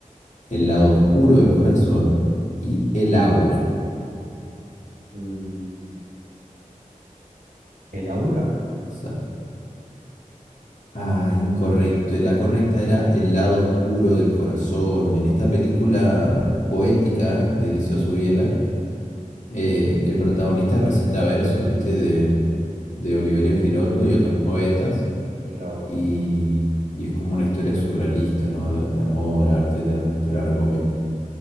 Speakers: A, on the left; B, on the right.
A: El lado oscuro del corazón y El aura.
B: mm, ¿El Aura?
A: Sa- Ah, incorrecto. La correcta era El lado oscuro del corazón. En esta película poética de Eliseo Subiela, eh, el protagonista recita versos, ¿viste? De, de Oliverio
B: Sí,
A: Girondo y otros poetas,
B: mira vos.
A: y, y es como una historia surrealista, ¿no? De, de amor, arte, te la, te la recomiendo.